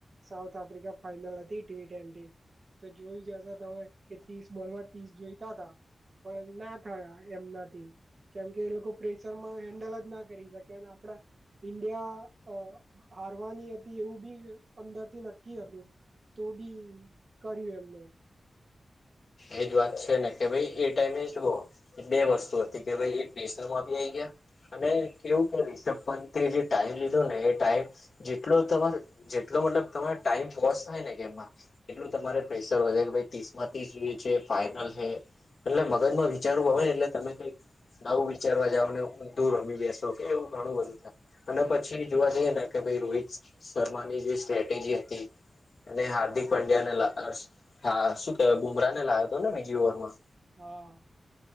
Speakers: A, on the right; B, on the left.
A: સાઉથ આફ્રિકાની ફાઈનલ હતી ટી ટ્વેન્ટી તો જોયુ જ હશે તમે કે ત્રીસ બોલમાં ત્રીસ જોઈતા તા. પણ ના થયા એમનાથી. કેમ કે એ લોકો પ્રેશર માં હેન્ડલ જ ના કરી શક્યા ન આપડા ઈન્ડિયા અ હારવાની હતી એવું બી અંદરથી નક્કી હતું. તો બી કર્યું એમને.
B: એ જ વાત છે ને કે ભાઈ એ ટાઈમે જુઓ. બે વસ્તુ હતી કે ભાઈ એ પ્રેશનરમાં બી આઇ ગયા. અને કેવું કે રિષભ પંતે જે ટાઈમ લીધો ને એ ટાઈમ જેટલો તમાર જેટલો મતલબ તમારો ટાઈમ વોસ થાય ને ગેમમાં એટલું તમારે પ્રેશર વધે કે ભઇ ત્રીસ માં ત્રીસ જુએ. કે ફાઇનલ છે એટલે મગજમાં વિચારવું આવે એટલે તમે કઈક નવું વિચારવા જાવ ને દૂર રમી બેસો કે એવું ઘણું બધું થાય. અને પછી જોવા જઈએ ને કે ભાઈ રોહિત શર્માની જે સ્ટ્રેટેજી હતી. અને હાર્દિક પંડ્યાને <unintelligible> હા શું કેવાય બુમરાહ ને લાવ્યો હતો ને બીજી ઓવરમાં.
A: હા.